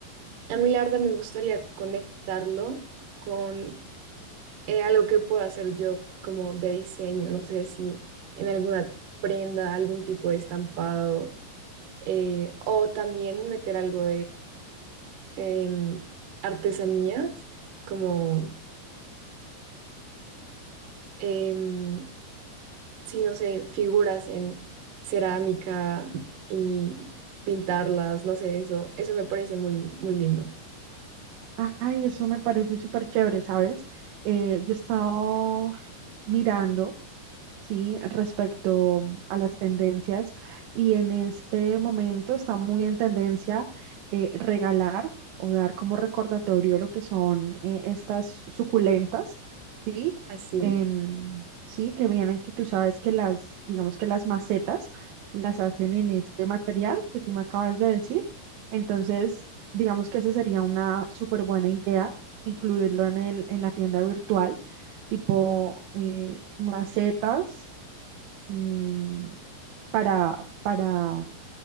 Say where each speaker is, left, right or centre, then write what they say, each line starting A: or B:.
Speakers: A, on the right; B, on the right.
A: A mí, la verdad, me gustaría conectarlo con eh, algo que pueda hacer yo como de diseño, no sé si en alguna prenda, algún tipo de estampado, eh, o también meter algo em, artesanías, como, em, sí, no sé, figuras en cerámica y pintarlas, no sé, eso, eso me parece muy, muy lindo.
B: Ay, eso me parece súper chévere, ¿sabes? Eh, yo he estado mirando, ¿sí? Respecto a las tendencias y en este momento está muy en tendencia eh, regalar o dar como recordatorio lo que son eh, estas suculentas, ¿sí?
A: Así,
B: En, sí, que vienen, que tú sabes que las, digamos que las macetas las hacen en este material que tú me acabas de decir. Entonces, digamos que esa sería una súper buena idea, incluirlo en el, en la tienda virtual, tipo eh, macetas mm, para, para,